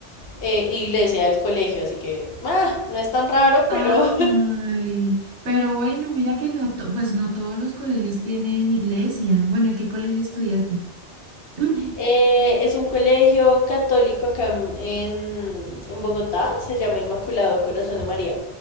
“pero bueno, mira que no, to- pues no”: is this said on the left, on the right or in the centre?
Right